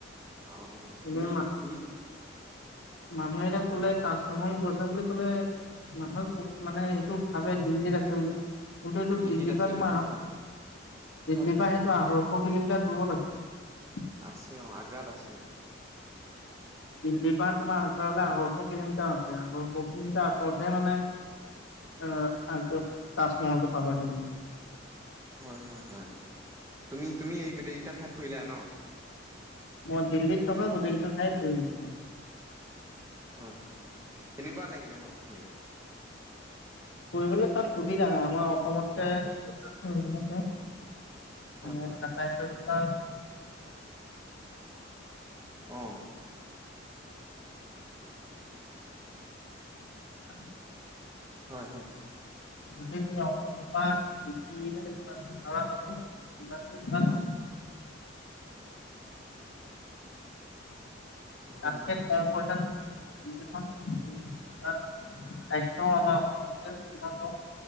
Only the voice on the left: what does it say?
মানে
মানুহ এটা ক'লে
তাজমহল কত আছে বুলি ক'লে নহয় যে মানে সেইটো ভাবে দিল্লীত আছে বুলি। কিন্তু এইটো
দিল্লীৰ
পৰা
তোমাৰ
আহ
দিল্লীৰ
পৰা সেইটো আহ ফ'ৰ কিলোমিটাৰ দূৰত আছিল
দিল্লীৰ পৰা তোমাৰ আগ্ৰালৈ আঢ়ৈশ কিলোমিটাৰ আছে আঢ়ৈশ কিলোমিটাৰ আঁতৰতহে মানে অ আগ তাজমহলটো পাবাগে তুমি।
মই দিল্লীত থকা গোটেইকেইটা ঠাই ফুৰিছোঁ।
ফুৰিবলৈ তাত সুবিধা আমাৰ অসমত কে যথেষ্ট উন্নতে
মানে
যাতায়ত ব্যৱস্থা
<unintelligible>
গোটেই তোমাৰ অসমৰ পৰা দিল্লীলে যিমান তিনি ভাৰা যাব সিমানখন ভাৰাত
তাতকে
কম
পইচাত তুমি <unintelligible> কাৰ্য আমাৰ অসমতকে উন্নত